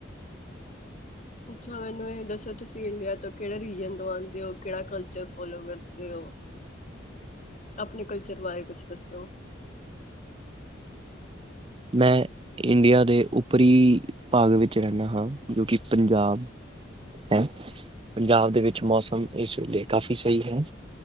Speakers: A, on the left; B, on the right.
A: ਅੱਛਾ ਮੈਨੂੰ ਇਹ ਦੱਸੋ ਤੁਸੀਂ ਇੰਡੀਆ ਤੋਂ ਕਿਹੜੇ ਰੀਜ਼ਨ ਤੋਂ ਆਉਂਦੇ ਹੋ? ਕਿਹੜਾ ਕਲਚਰ ਫੋਲੋ ਕਰਦੇ ਹੋ ਆਪਣੇ ਕਲਚਰ ਬਾਰੇ ਕੁਛ ਦੱਸੋ?
B: ਮੈਂ ਇੰਡੀਆ ਦੇ ਉੱਪਰੀ ਭਾਗ ਵਿੱਚ ਰਹਿੰਦਾ ਹਾਂ ਜੋ ਕਿ ਪੰਜਾਬ ਹੈ। ਪੰਜਾਬ ਦੇ ਵਿੱਚ ਮੌਸਮ ਇਸ ਵੇਲੇ ਕਾਫ਼ੀ ਸਹੀ ਹੈ,